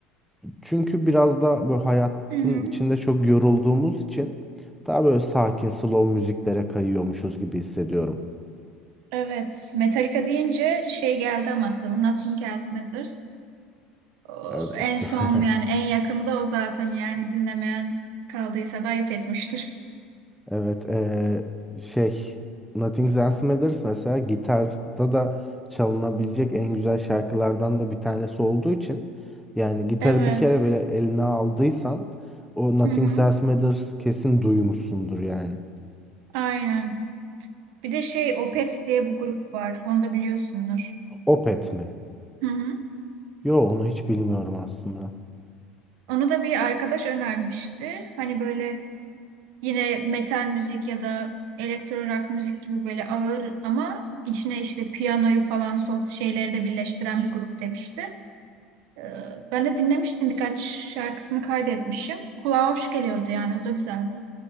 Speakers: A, in the centre; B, on the right.
A: Çünkü biraz da böyle hayatın
B: Hı hı.
A: içinde çok yorulduğumuz için daha böyle sakin, slow müziklere kayıyormuşuz gibi hissediyorum.
B: Evet, Metallica deyince şey geldi ama aklıma Nothing Else Matters. O,
A: Evet.
B: en son
A: <laughs>
B: yani en yakında o zaten yani dinlemeyen kaldıysa da ayıp etmiştir.
A: Evet, eee, şey Nothing Else Matters mesela gitarda da çalınabilecek en güzel şarkılardan da bir tanesi olduğu için yani gitarı
B: Evet.
A: bir kere böyle eline aldıysan o Nothing
B: Hı hı.
A: Else Matters kesin duymuşsundur yani.
B: Aynen. Bir de şey Opet diye bu grup var. Onu da biliyorsundur.
A: Opeth mi?
B: Hı hı.
A: Yo onu hiç bilmiyorum aslında.
B: Onu da bir arkadaş önermişti. Hani böyle Yine metal müzik ya da elektro rock müzik gibi böyle ağır ama içine işte piyanoyu falan soft şeyleri de birleştiren bir grup demişti. Ee, Ben de dinlemiştim birkaç şarkısını kaydetmişim. Kulağa hoş geliyordu yani o da güzeldi.